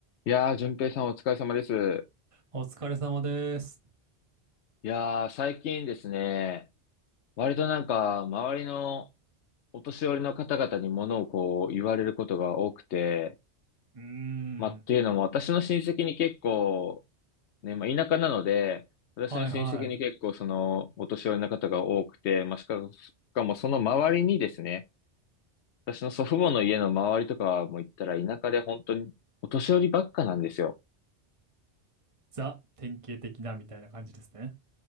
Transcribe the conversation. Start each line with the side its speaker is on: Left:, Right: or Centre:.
Left: いやー、淳平さんお疲れ様です。
Right: お疲れ様です。
Left: いやー、最近ですね、割となんか、周りのお年寄りの方々に物をこう、言われることが多くて、
Right: うーん。
Left: まあ、っていうのも、私の親戚に結構、ね、まあ、田舎なので、私の親戚に結構、
Right: はいはい。
Left: その、お年寄りの方が多くて、まあ、しかも、しかもその周りにですね、私の祖父母の家の周りとかはもう行ったら田舎で本当にお年寄りばっかなんですよ。
Right: ザ、典型的なみたいな感じですね。